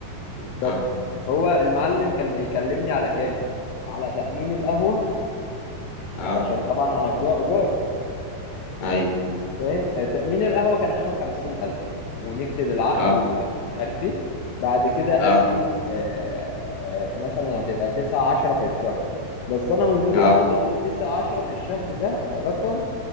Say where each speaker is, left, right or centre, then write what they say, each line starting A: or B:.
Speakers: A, on the left (about 80°); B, on the left (about 65°).
A: بالظبط
B: اه
A: هو المعلم كان بيكلمني على كام؟ على تأمين القهوة
B: اه
A: علشان طبعا هناخدوها إيجار
B: ايوه
A: فاهم آه، تأمين القهوة كان عامل خمسين ألف ونكتب العقد
B: اه
A: وبتاع مش عارف إيه بعد كده قال
B: اه
A: لي آه، آه، مثلا هتبقى تسعة عشرة في الشهر بس أنا من وجهة
B: اه اه
A: نظري تسعة عشرة في الشهر ده رقم